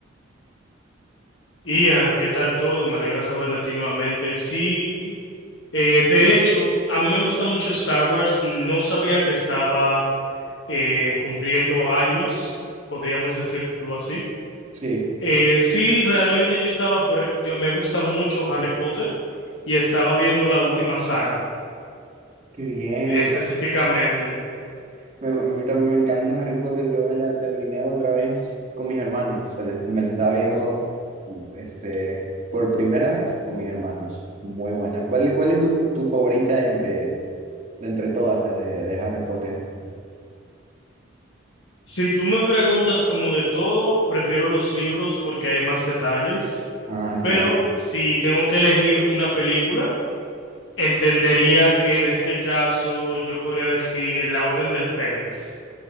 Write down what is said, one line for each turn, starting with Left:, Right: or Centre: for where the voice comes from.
Left: Ian, ¿qué tal todo? Me alegra saber de ti nuevamente. Sí, eh, de hecho, a mí me gusta mucho Star Wars. No sabía que estaba eh, cumpliendo años, podríamos decirlo así.
Right: Sí,
Left: Eh, sí, realmente yo estaba por, e- yo me gusta mucho Harry Potter y estaba viendo la última saga
Right: qué bien.
Left: específicamente.
Right: Me- a mí también me encanta Harry Potter. Yo me la terminé otra vez con mis hermanos. Se la- me la estaba viendo este, por primera vez con mis hermanos. Muy buena. ¿Cuál, cuál es tu, tu favorita de entre, de entre todas las de, de Harry Potter?
Left: Si tú me preguntas como de todo, prefiero los libros porque hay más detalles,
Right: Ah,
Left: pero
Right: claro.
Left: si tengo que elegir una película Entendería que en este caso yo podría decir la Orden del Fénix